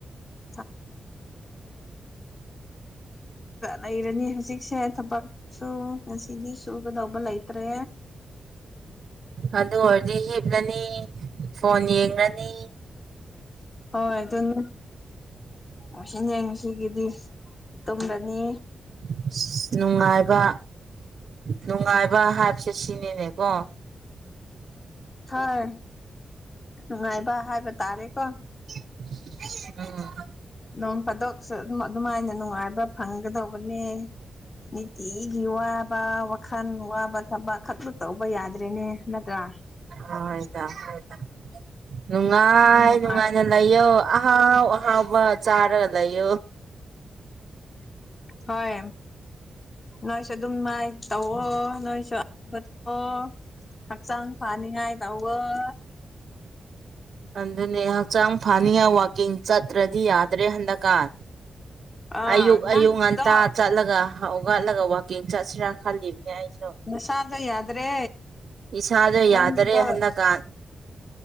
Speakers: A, on the left (about 30°); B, on the right (about 60°).
A: <unintelligible> <unintelligible> ꯂꯩꯔꯅꯤ ꯍꯧꯖꯤꯛꯁꯦ ꯊꯕꯛ <unintelligible> ꯉꯁꯤꯗꯤ ꯁꯨꯒꯗꯧꯕ ꯂꯩꯇ꯭ꯔꯦ
B: ꯑꯗꯨ ꯑꯣꯏꯔꯗꯤ ꯍꯤꯞꯂꯅꯤ ꯐꯣꯟ ꯌꯦꯡꯔꯅꯤ
A: ꯍꯣꯏ ꯑꯗꯨꯅꯦ ꯑꯁꯤꯅꯦ ꯉꯁꯤꯒꯤꯗꯤ ꯇꯨꯝꯒꯅꯤ
B: <unintelligible> ꯅꯨꯡꯉꯥꯏꯕ ꯅꯨꯡꯉꯥꯏꯕ ꯍꯥꯏꯕꯁꯦ ꯁꯤꯅꯤꯅꯦꯀꯣ
A: ꯍꯣꯏ ꯅꯨꯡꯉꯥꯏꯕ ꯍꯥꯏꯕ ꯇꯥꯔꯦꯀꯣ
B: <inaudible>
A: ꯅꯣꯡ ꯐꯥꯗꯣꯛꯁꯨ ꯑꯗꯨꯃ ꯑꯗꯨꯃꯥꯏꯅ ꯅꯨꯡꯉꯥꯏꯕ ꯐꯪꯒꯗꯧꯕꯅꯦ ꯅꯤꯇꯤꯒꯤ ꯋꯥꯕ ꯋꯥꯈꯜ ꯋꯥꯕ ꯊꯕꯛ ꯈꯛꯇ ꯇꯧꯕ ꯌꯥꯗ꯭ꯔꯦꯅꯦ ꯅꯠꯇ꯭ꯔꯥ
B: ꯍꯣꯏꯗ ꯍꯣꯏꯗ ꯅꯨꯡꯉꯥꯏ
A: ꯑꯗꯨꯝ ꯅꯨꯡꯉꯥꯏ
B: ꯅꯨꯡꯉꯥꯏꯅ ꯂꯩꯌꯣ ꯑꯍꯥꯎ ꯑꯍꯥꯎꯕ ꯆꯥꯔꯒ ꯂꯩꯌꯣ
A: ꯍꯣꯏ ꯅꯣꯏꯁꯨ ꯑꯗꯨꯝ ꯃꯥꯏ ꯇꯧꯑꯣ ꯅꯣꯏꯁꯨ <unintelligible> ꯍꯛꯆꯥꯡ ꯐꯅꯤꯡꯉꯥꯏ ꯇꯧꯑꯣ
B: ꯑꯗꯨꯅꯦ ꯍꯛꯆꯥꯡ ꯐꯅꯤꯡꯉꯥꯏ ꯋꯥꯛꯀꯤꯡ ꯆꯠꯇ꯭ꯔꯗꯤ ꯌꯥꯗ꯭ꯔꯦ ꯍꯟꯗꯛꯀꯥꯟ
A: ꯑꯥ
B: ꯑꯌꯨꯛ
A: ꯅꯪꯒꯤꯗꯣ
B: ꯑꯌꯨꯛ ꯉꯟꯇꯥ ꯆꯠꯂꯒ ꯍꯧꯒꯠꯂꯒ ꯋꯥꯛꯀꯤꯡ ꯆꯠꯁꯤꯔꯥ ꯈꯜꯂꯤꯕꯅꯦ ꯑꯩꯁꯦ
A: ꯅꯁꯥꯗꯣ ꯌꯥꯗ꯭ꯔꯦ
B: ꯏꯁꯥꯗꯣ
A: ꯅꯪꯒꯤꯗꯣ
B: ꯌꯥꯗꯔꯦ ꯍꯟꯗꯛꯀꯥꯟ